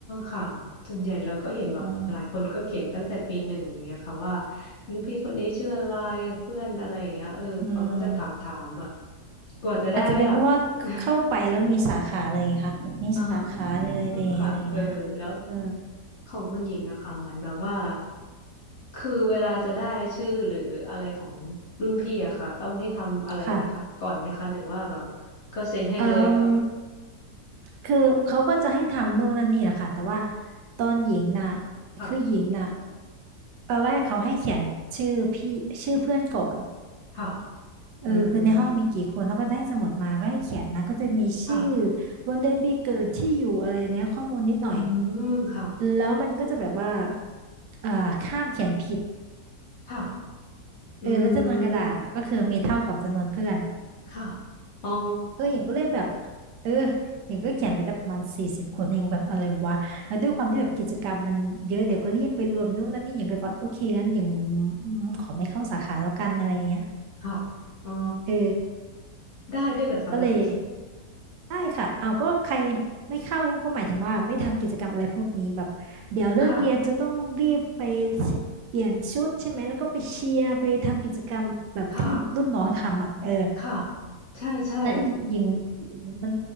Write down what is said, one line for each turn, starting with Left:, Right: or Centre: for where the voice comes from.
Left: ค่ะส่วนใหญ่เราก็เห็นแบบหลายคนก็เขียนตั้งแต่ปีหนึ่งอย่างเงี้ยค่ะว่า
Right: อืม
Left: รุ่นพี่คนนี้ชื่ออะไรเพื่อนอะไรอย่างเงี้ยเออเขาก็จะถามถามแบบ
Right: อืม
Left: กว่าจะได้แบบ
Right: อาจจะเป็นเพราะว่าเข้าไปแล้วมีสาขาเลยไงค่ะแบบมีสาขาเลยอะไรอย่างเงี้ย
Left: <laughs> อ๋อค่ะเออแล้ว
Right: เออ
Left: ของคุณหญิงอะค่ะเหมือนแบบว่าคือเวลาจะได้ชื่อหรืออะไรของรุ่นพี่อะค่ะต้องให้ทำอะไรไหมคะก่อนไหมคะหรือว่าแบบ
Right: ค่ะ
Left: ก็เซ็นให้เลยแบบ
Right: เอ่มคือเขาก็จะให้ทำนู่นนั่นนี่แหละค่ะแต่ว่าตอนหญิงน่ะ
Left: <laughs> ค่ะ
Right: คือหญิงน่ะตอนแรกเขาให้เขียนชื่อพี่ชื่อเพื่อนก่อน
Left: ค่ะ
Right: เออคือในห้องมีกี่คนเขาก็จะให้สมุดมาไล่เขียนนะก็จะมีชื่อ
Left: อืมค่ะ
Right: วันเดือนปีเกิดที่อยู่อะไรเนี้ยข้อมูลนิดหน่อย
Left: อืมค่ะ
Right: แล้วมันก็จะแบบว่าเอ่อข้ามเขียนผิด
Left: ค่ะอื
Right: เออแล้วจำนวนกระดาษอ่ะก็คือมีเท่ากับจำนวนเพื่อน
Left: มค่ะอ๋อ
Right: เอออย่างก็เลยแบบเอออย่างก็เขียนไปได้ประมาณสี่สิบคนเองแบบอะไรวะแล้วด้วยความที่แบบกิจกรรมมันเยอะเดี๋ยวก็เรียกไปรวมนู่นนั่นนี่อย่างเลยว่าโอเคงั้นอย่างอืมขอไม่เข้าสาขาแล้วกันอะไรเงี้ย
Left: ค่ะอ๋อ
Right: เออ
Left: ได้ด้วยเหรอคะแบบนั้น
Right: ก็เลย ได้ค่ะเอาก็ใครไม่เข้าก็หมายถึงว่าไม่ทำกิจกรรมอะไรพวกนี้แบบเดี๋ยวเลิกเรียนจะต้องรีบไป
Left: <laughs> ค่ะ
Right: เปลี่ยนชุดใช่ไหมแล้วก็ไปเชียร์ไปทำกิจกรรมแบบที่รุ่นน้องทำอ่ะเออ
Left: ค่ะ ค่ะใช่ใช่
Right: นั้นหญิงหญิงมัน